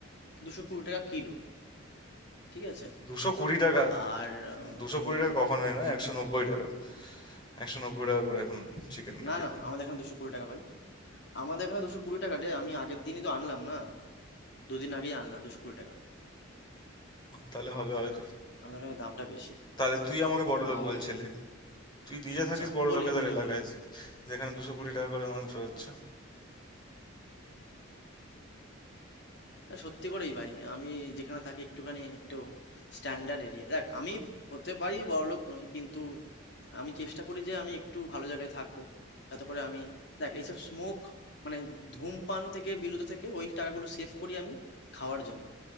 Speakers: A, on the left; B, on the left.
A: দুশো কুড়ি টাকা কিলো ঠিক আছে
B: দুশো কুড়ি টাকা
A: আর আহ,
B: দুশো
A: তোর
B: কুড়ি টাকা কখনোই না একশো নব্বই টাকা একশো নব্বই টাকা করে এখন চিকেন
A: না
B: কিলো
A: না আমাদের এখানে দুশো কুড়ি টাকা ভাই আমাদের এখানে দুশো কুড়ি টাকা রে আমি আগের দিনই তো আনলাম না দুদিন আগেই আনলাম দুশো কুড়ি টাকা
B: তাহলে হবে হয়তো
A: আমাদের এখানে দামটা বেশি
B: তাহলে তুই আমাকে বড় লোক
A: আর
B: বলছিলি তুই নিজে থাকিস
A: আচ্ছা
B: বড়
A: বলি
B: লোকেদের
A: বলি
B: এলাকায়
A: বলি
B: যেখানে দুশো কুড়ি টাকা করে মাংস হচ্ছে
A: আরে সত্যি করেই ভাই আমি যেখানে থাকি একটুখানি একটু স্ট্যান্ডার্ড এরিয়া দেখ আমি হতে পারি বড়লোক নই কিন্তু আমি চেষ্টা করি যে আমি একটু ভালো জায়গায় থাকবো যাতে করে আমি দেখ এইসব স্মোক মানে ধূমপান থেকে বিরত থেকে ওই টাকাগুলো সেভ করি আমি খাওয়ার জন্য